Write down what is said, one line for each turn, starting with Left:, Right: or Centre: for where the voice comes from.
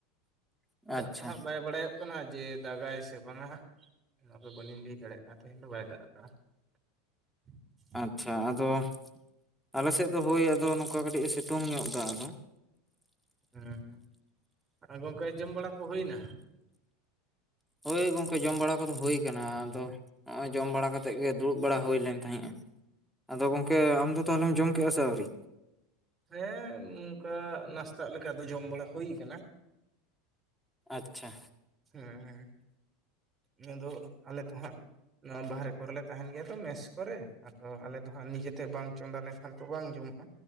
Centre: ᱟᱪᱪᱷᱟ
Right: ᱫᱟᱜ ᱛᱚ ᱦᱟᱸᱜ ᱵᱟᱭ ᱵᱟᱲᱟᱭᱚᱜ ᱦᱩᱭᱩᱜ ᱠᱟᱱᱟ ᱡᱮ ᱫᱟᱜᱟᱭ ᱥᱮ ᱵᱟᱝᱟ ᱦᱟᱸᱜ ᱚᱱᱟᱫᱚ ᱵᱟᱹᱞᱤᱧ ᱞᱟᱹᱭ ᱫᱟᱲᱮᱭᱟᱜ ᱠᱟᱱ ᱛᱮᱦᱮᱧ ᱫᱚ ᱵᱟᱭ ᱫᱟᱜ ᱠᱟᱜ-ᱟ᱾ <unintelligible>
Centre: ᱟᱪᱪᱷᱟ ᱟᱫᱚ ᱟᱞᱮ ᱥᱮᱫ ᱫᱚ ᱦᱳᱭ ᱟᱫᱚ ᱱᱚᱝᱠᱟ ᱠᱟᱹᱴᱤᱡ ᱮ ᱥᱤᱛᱩᱝ ᱧᱚᱜ ᱮᱫᱟ ᱟᱫᱚ
Right: ᱦᱮᱸ ᱟᱨ ᱜᱚᱝᱠᱮ ᱡᱚᱢ ᱵᱟᱲᱟ ᱠᱚ ᱦᱩᱭᱱᱟ?
Centre: ᱦᱳᱭ ᱜᱚᱢᱠᱮ ᱡᱚᱢ ᱵᱟᱲᱟ ᱠᱚᱫᱚ ᱦᱩᱭ ᱠᱟᱱᱟ ᱟᱫᱚ ᱱᱚᱜ-ᱚᱭ ᱡᱚᱢ ᱵᱟᱲᱟ ᱠᱟᱛᱮᱫ ᱜᱮ ᱫᱩᱲᱩᱵ ᱵᱟᱲᱟ ᱦᱩᱭ ᱞᱮᱱ ᱛᱟᱦᱮᱸᱜ-ᱟ᱾ ᱟᱫᱚ ᱜᱚᱝᱠᱮ ᱟᱢᱫᱚ ᱛᱟᱦᱚᱞᱮ ᱡᱚᱢ ᱠᱮᱫ-ᱟ ᱥᱮ ᱟᱹᱣᱨᱤ?
Right: ᱦᱮᱸ ᱱᱚᱝᱠᱟ ᱱᱟᱥᱛᱟᱜ ᱞᱮᱠᱟ ᱫᱚ ᱡᱚᱢ ᱵᱟᱲᱟ ᱦᱩᱭ ᱠᱟᱱᱟ᱾
Centre: ᱟᱪᱪᱷᱟ
Right: ᱦᱮᱸ ᱦᱮᱸ ᱤᱱᱟᱹ ᱫᱚ ᱟᱞᱮ ᱫᱚ ᱦᱟᱸᱜ ᱱᱚᱣᱟ ᱵᱟᱦᱨᱮ ᱠᱚᱨᱮᱞᱮ ᱛᱟᱦᱮᱱ ᱜᱮᱭᱟ ᱛᱚ ᱢᱮᱥ ᱠᱚᱨᱮ ᱟᱫᱚ ᱟᱞᱮ ᱫᱚ ᱦᱟᱸᱜ ᱱᱤᱡᱮᱛᱮ ᱵᱟᱝ ᱪᱚᱸᱫᱟ ᱞᱮᱱ ᱠᱷᱟᱱ ᱛᱚ ᱵᱟᱝ ᱡᱚᱢᱚᱜ-ᱟ